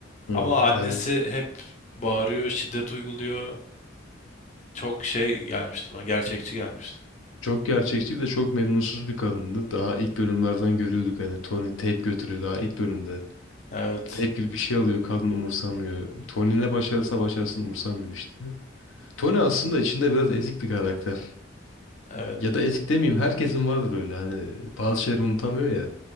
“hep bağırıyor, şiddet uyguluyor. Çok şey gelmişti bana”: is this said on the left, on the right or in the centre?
Left